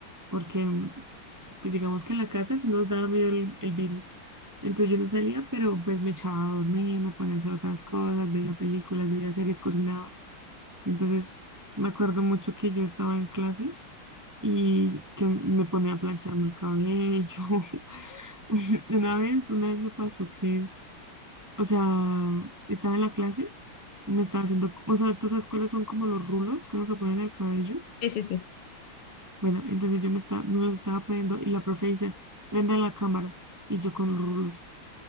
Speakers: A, on the right (about 25°); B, on the left (about 85°).
A: porque pues digamos que en la casa sí nos daba miedo el, el virus. Entonces yo no salía, pero pues me echaba a dormir, me ponía a hacer otras cosas, veía películas, veía series, cocinaba. Entonces me acuerdo mucho que yo estaba en clase y que me ponía a plancharme el cabello. <laughs> Una vez, una vez me pasó que, o sea, estaba en la clase y me estaba haciendo, o sea, ¿tú sabes cuáles son como los rulos que uno se ponen en el cabello?
B: Sí, sí, sí.
A: Bueno, entonces yo me, estaba, me los estaba poniendo y la profe dice, prenda la cámara. Y yo con los rulos.